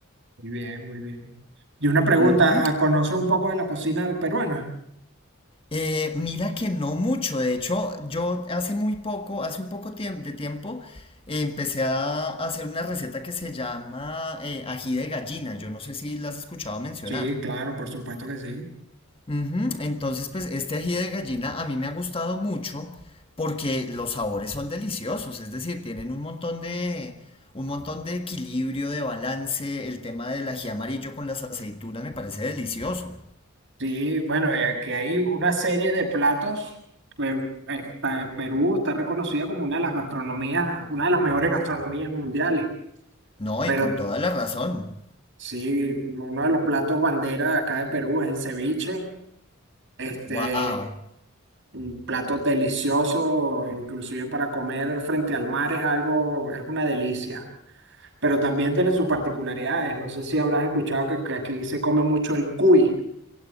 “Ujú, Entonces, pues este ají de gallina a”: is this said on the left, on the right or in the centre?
Left